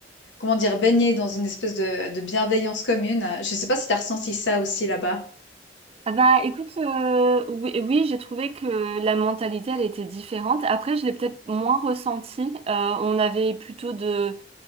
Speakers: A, on the left (about 75°); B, on the right (about 30°).
A: comment dire? Baignés dans une espèce de de bienveillance commune. Je sais pas si tu as ressenti ça aussi là-bas?
B: Ah bah écoute, euh, oui, oui, j'ai trouvé que la mentalité, elle était différente. Après, je l'ai peut-être moins ressenti. Euh, on avait plutôt de,